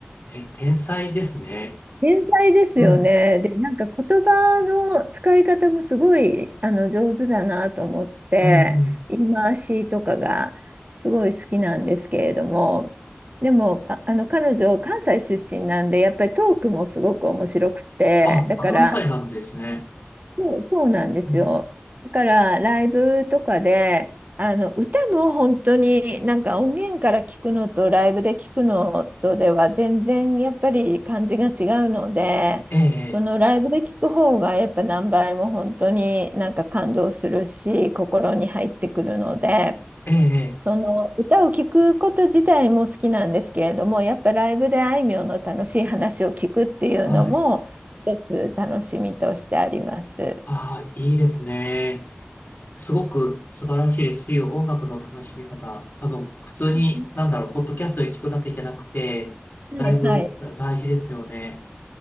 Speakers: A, on the left; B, on the right.
A: え、天才ですね。
B: 天才ですよね。
A: うん、
B: で、なんか言葉の使い方もすごいあの上手だなと思って、
A: うん、うん。
B: 言い回しとかがすごい好きなんですけれども、でも、あ、あの彼女、関西出身なんで、やっぱりトークもすごく面白くて、
A: あ、
B: だから、
A: 関西なんですね。
B: そう、そうなんですよ。
A: うん
B: だからライブとかであの歌も本当になんか音源から聞くのとライブで聞くのとでは全然やっぱり感じが違うのでそのライブで聞く方がやっぱ何倍も本当になんか感動するし心に入ってくるので
A: ええ、ええ、
B: その歌を聞くこと自体も好きなんですけれどもやっぱライブであいみょんの楽しい話を聞くっていうのも一つ楽しみとしてあります。
A: ええはい。ああ、いいですね。すすごく素晴らしいです。そういう音楽の楽しみ方。あの、普通に、
B: は
A: なんだろう、ポッドキャストで聞くだけじゃなくて、
B: い、
A: ライブだ大事ですよね。
B: はい、